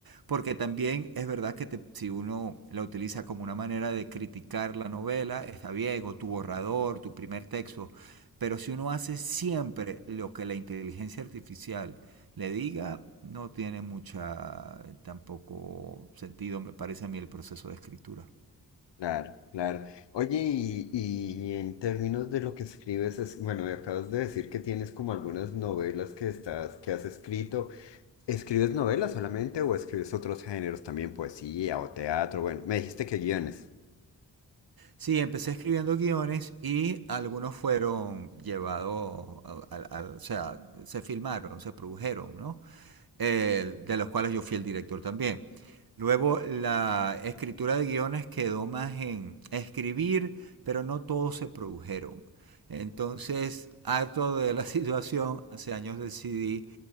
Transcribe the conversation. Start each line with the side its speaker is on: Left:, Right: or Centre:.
Right: porque también es verdad que te, si uno la utiliza como una manera de criticar la novela, está bien, o tu borrador, tu primer texto, pero si uno hace siempre lo que la inteligencia artificial le diga, no tiene mucha tampoco sentido, me parece a mí, el proceso de escritura.
Left: Claro, claro. Oye, y, y en términos de lo que escribes, es, bueno, me acabas de decir que tienes como algunas novelas que estás, que has escrito. ¿Escribes novelas solamente o escribes otros géneros también, poesía o teatro? Bueno, me dijiste que guiones.
Right: Sí, empecé escribiendo guiones y algunos fueron llevados, al- al- al- o sea, se filmaron, se produjeron, ¿no? Eh, de los cuales yo fui el director también. Luego la escritura de guiones quedó más en escribir, pero no todos se produjeron. Entonces, harto de la <laughs> situación, hace años decidí